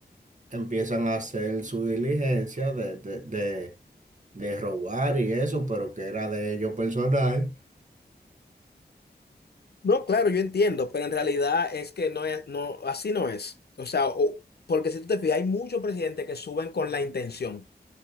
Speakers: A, on the right (about 45°); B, on the left (about 65°).
A: empiezan a hacer su diligencia de, de, de, de robar y eso, pero que era de ellos personal.
B: No, claro, yo entiendo, pero en realidad es que no es, no, así no es. O sea, o- porque si tú te fijas, hay muchos presidentes que suben con la intención.